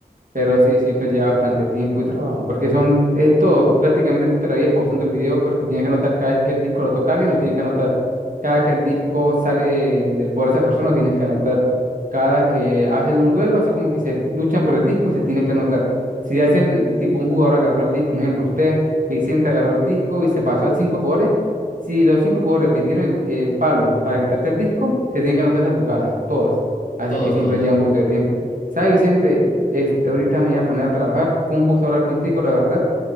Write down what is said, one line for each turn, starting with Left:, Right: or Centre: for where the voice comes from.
Right: pero sí, siempre lleva bastante tiempo y trabajo, porque son estos, prácticamente tú te la vives pausando el video porque tienes que anotar cada vez que el disco lo toca alguien, lo tienes que anotar. Cada que el disco sale de- del poder de esa persona, lo tienes que anotar. Cada que hacen un duelo, así como que se luchan por el disco, se tiene que anotar. Si hace el- tipo un jugador agarró el disco, un ejemplo, usted, Vicente agarró el disco y se pasó a cinco jugadores, si los cinco jugadores metieron el, el palo para quitarte el disco, se tienen que anotar esas jugadas, todas. Así
Left: Todo,
Right: que siempre
Left: todo, todo.
Right: lleva un poquito de tiempo. ¿Sabes, Vicente? Este, ahorita me voy a poner a trabajar. Fue un gusto hablar contigo, la verdad.